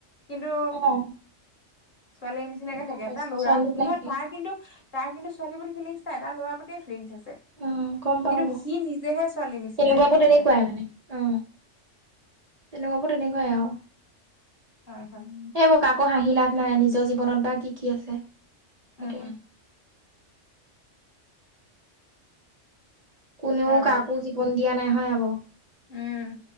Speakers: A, on the left; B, on the right.
A: কিন্তু
B: অ',
A: ছোৱালী নিচিনাকে
B: গম
A: থাকে।
B: পাইছো
A: তা ল'ৰা
B: ছোৱালী লাগে
A: নহয় তাৰ কিন্তু তাৰ কিন্তু ছোৱালী প্ৰতি ফিলিংছ নাই তাৰ ল'ৰা প্ৰতিয়ে ফিলিংছ আছে।
B: উ, গম পাও
A: কিন্তু
B: বাৰু।
A: সি নিজেহে ছোৱালীৰ নিচিনাকে
B: এনেকুৱাবোৰ
A: থাকে
B: তেনেকুৱাই মানে, অ। তেনেকুৱাবোৰ তেনেকুৱাই আৰু।
A: হয়- হয়
B: এইবোৰ কাকো হাঁহি লাভ নাই, নিজৰ জীৱনত বা কি কি আছে? সেইটোৱে।
A: উম
B: কোনেও
A: ভাল।
B: কাকো জীৱন দিয়া নাই হয় নাই বাও।
A: উম।